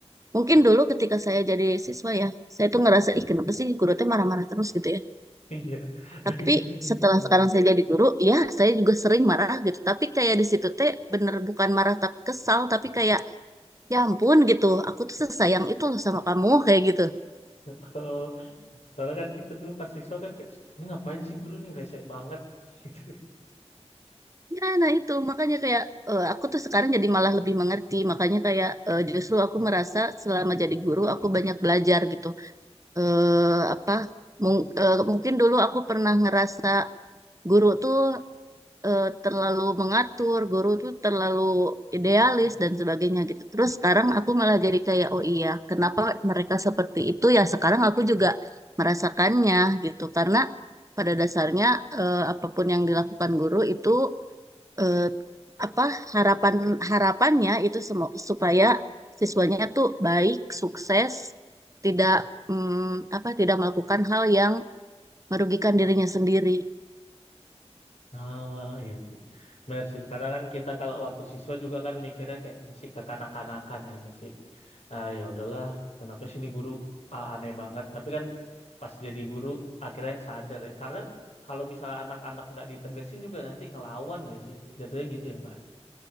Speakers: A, on the right (about 30°); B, on the left (about 70°).
A: mungkin dulu ketika saya jadi siswa ya, saya tuh ngerasa ih kenapa sih guru tuh marah-marah terus gitu ya.
B: Iya, tapi
A: Tapi
B: juga kayak
A: setelah
B: gitu.
A: sekarang saya jadi guru, ya saya juga sering marah gitu. Tapi kayak di situ teh bener bukan marah tapi kesal, tapi kayak ya ampun gitu. Aku tuh sesayang itu loh sama kamu kayak gitu.
B: Kalau soalnya kan kita dulu pas siswa kan kayak, ini ngapain sih guru nih rese banget <laughs> gitu.
A: Ya, nah itu makanya kayak eh, aku tuh sekarang jadi malah lebih mengerti. Makanya kayak eh, justru aku merasa selama jadi guru aku banyak belajar gitu. Eh apa mung- eh, mungkin dulu aku pernah ngerasa guru tuh eh, terlalu mengatur, guru tuh terlalu idealis
B: Mm-mm.
A: dan sebagainya gitu. Terus sekarang aku malah jadi kayak oh iya, kenapa mereka seperti itu ya? Sekarang aku juga merasakannya gitu. Karena pada dasarnya eh, apapun yang dilakukan guru itu eh, apa harapan harapannya itu semua supaya siswanya tuh baik, sukses, tidak mm, apa tidak melakukan hal yang merugikan dirinya sendiri.
B: Nah, iya sih. Benar sih. Karena kan kita kalau waktu siswa juga kan mikirnya kayak masih kekanak-kanakan ya, masih ah, ya udahlah, kenapa sih ini guru ah, aneh banget. Tapi kan pas jadi guru akhirnya sadar ya. Karena kalau misalnya anak-anak nggak ditegesin juga nanti ngelawan nggak sih? Jatuhnya gitu ya, Mbak.